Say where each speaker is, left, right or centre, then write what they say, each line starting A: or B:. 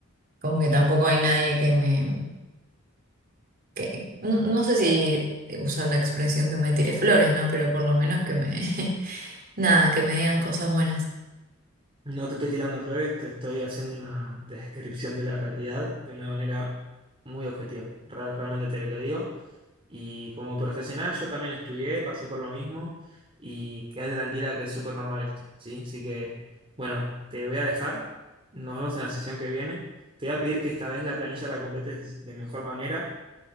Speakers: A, on the right; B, on the right.
A: como que tampoco hay nadie que me... que- no, no sé si usar la expresión que me tire flores, ¿no? Pero por lo menos que me... <laughs> Nada, que me digan cosas buenas.
B: No te estoy tirando flores, te estoy haciendo una descripción de la realidad de una manera muy objetiva. Ra- Realmente te lo digo. Y como profesional yo también estudié, pasé por lo mismo y quedé tranquila que es súper normal esto, ¿sí? Así que, bueno, te voy a dejar. Nos vemos en la sesión que viene. Te voy a pedir que esta vez la planilla la completes de mejor manera